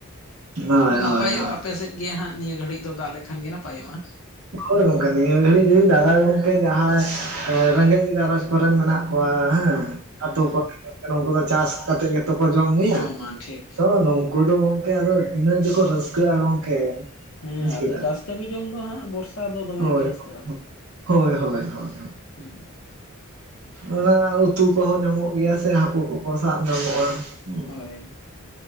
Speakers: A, on the right; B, on the left.
A: ᱦᱳᱭ
B: ᱟᱫᱚ ᱱᱟᱯᱟᱭᱚᱜᱼᱟ,
A: ᱦᱳᱭ ᱦᱳᱭ
B: ᱟᱯᱮᱥᱮᱫ ᱜᱮ ᱦᱟᱸᱜ ᱱᱤᱭᱟᱹ ᱜᱷᱟᱹᱲᱤᱡ ᱫᱚ ᱫᱟᱜ ᱞᱮᱠᱷᱟᱱ ᱜᱮ ᱱᱟᱯᱟᱭᱚᱜᱼᱟ᱾
A: ᱦᱳᱭ ᱜᱚᱝᱠᱮ ᱱᱤᱭᱟᱹ ᱜᱷᱟᱹᱲᱤᱡ ᱫᱟᱫᱟ ᱡᱟᱦᱟᱸ ᱨᱮᱸᱜᱮᱡ ᱜᱷᱟᱨᱚᱸᱡᱽ ᱠᱚᱨᱮᱱ ᱢᱮᱱᱟᱜ, ᱠᱚᱣᱟ ᱦᱮᱸ, ᱟᱛᱚ
B: ᱦᱮᱸ
A: ᱠᱚᱨᱮ
B: ᱦᱮᱸ
A: ᱩᱱᱠᱩ ᱫᱚ ᱪᱟᱥ ᱠᱟᱛᱮ ᱜᱮ ᱛᱚᱠᱚ ᱡᱚᱢ ᱧᱩᱭᱟ᱾
B: ᱡᱚᱢᱟ ᱴᱷᱤᱠ
A: ᱛᱚ ᱱᱩᱠᱩ ᱫᱚ ᱜᱚᱝᱠᱮ ᱟᱫᱚ ᱛᱤᱱᱟᱹᱜ ᱜᱮᱠᱚ ᱨᱟᱹᱥᱠᱟᱹᱜᱼᱟ ᱜᱚᱝᱠᱮ,
B: ᱦᱩᱸ
A: ᱵᱩᱡᱽ
B: ᱟᱫᱚ
A: ᱠᱮᱫᱟ
B: ᱪᱟᱥ ᱠᱟᱹᱢᱤ ᱡᱚᱢ ᱫᱚ ᱦᱟᱸᱜ ᱵᱚᱨᱥᱟ ᱫᱚ ᱫᱚᱢᱮ
A: ᱦᱳᱭ
B: ᱠᱚ ᱨᱟᱹᱥᱠᱟᱹᱜᱼᱟ
A: ᱦᱳᱭ ᱦᱳᱭ ᱦᱳᱭ᱾
B: ᱦᱩᱸ᱾
A: ᱚᱱᱟ ᱩᱛᱩ ᱠᱚᱦᱚᱸ ᱧᱟᱢᱚᱜ ᱜᱮᱭᱟ ᱥᱮ ᱦᱟᱹᱠᱩ ᱠᱚᱠᱚ ᱥᱟᱵ ᱧᱟᱢᱚᱜᱼᱟ, ᱦᱩᱸ
B: ᱦᱳᱭ